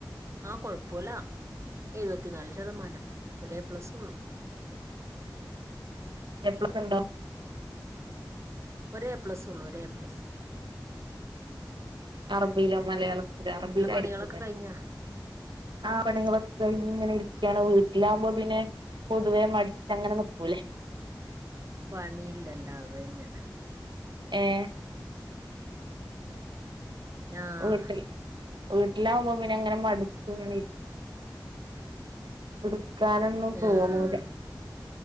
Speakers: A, on the right; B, on the right.
A: ആഹ് കൊഴപ്പോല്ലാ എഴുപത്തിനാല് ശതമാനം ഒരെപ്ലസോള്ളു
B: ഏ പ്ലസ്സ് ഇണ്ടോ?
A: ഒരേപ്ലസോള്ളു ഒരേപ്ലസ്
B: അറബിലോ മലയാള ഇവര് അറബിയിലായിരിക്കു
A: വീട്ടിലെ പണികളൊക്കെ
B: ലെ
A: കഴിഞ്ഞാ
B: ആഹ് പണികളൊക്കെ കഴിഞ്ഞ്ങ്ങനെ ഇരിക്കാണ് വീട്ടിലാകുമ്പോ പിന്നെ പൊതുവേ മടിച്ച് അങ്ങനെ നിക്കൂലേ
A: പണിയില്ലല്ലോ അത് തന്നെ
B: ഏഹ്
A: ആഹ്
B: വീട്ടിൽ വീട്ടിലാവുമ്പോ പിന്നെ അങ്ങനെ മടച്ചിങ്ങനെ ഇരി എടുക്കാനൊന്നും തോന്നൂലാ
A: ആഹ്